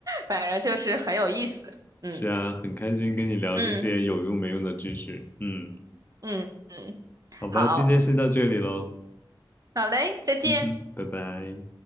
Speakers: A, on the right; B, on the left.
A: 反正就是很有意思。
B: <laughs>
A: 嗯
B: 是啊，很开心跟你聊这些有用没用的知识，
A: 嗯
B: 嗯，
A: 嗯嗯，
B: 好吧，
A: 好，
B: 今天先到这里喽，
A: 好嘞，再见。
B: 嗯哼，拜拜。